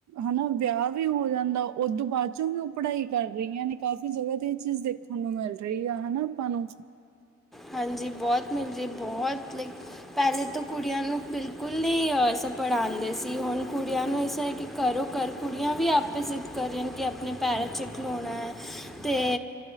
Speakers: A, on the right; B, in the centre.
A: ਹਨਾ ਵਿਆਹ ਵਿਆਹ ਵੀ ਹੋ ਜਾਂਦਾ ਉਦੋਂ ਬਾਅਦ ਚੋਂ ਵੀ ਉਹ ਪੜ੍ਹਾਈ ਕਰ ਰਹੀਆਂ ਨੇ। ਕਾਫ਼ੀ ਜਗ੍ਹਾ ਤੇ ਇਹ ਚੀਜ਼ ਦੇਖਣ ਨੂੰ ਮਿਲ ਰਹੀ ਆ ਹਨਾ ਆਪਾਂ ਨੂੰ।
B: ਹਾਂਜੀ ਬਹੁਤ ਮਿਲ ਰਹੀਆ ਬਹੁਤ ਪਹਿਲੇ ਤਾਂ ਕੁੜੀਆਂ ਨੂੰ ਬਿਲਕੁਲ ਨਹੀਂ ਅਸ ਪੜ੍ਹਾਉਂਦੇ ਸੀ। ਹੁਣ ਕੁੜੀਆਂ ਨੂੰ ਇਸ ਹੈ ਕਿ ਕਰੋ ਘਰ ਕੁੜੀਆਂ ਵੀ ਆਪਸ ਜ਼ਿੱਦ ਕਰਣ ਕਿ ਆਪਣੇ ਪੈਰਾਂ ਚ ਖਲੋਣੈ। ਤੇ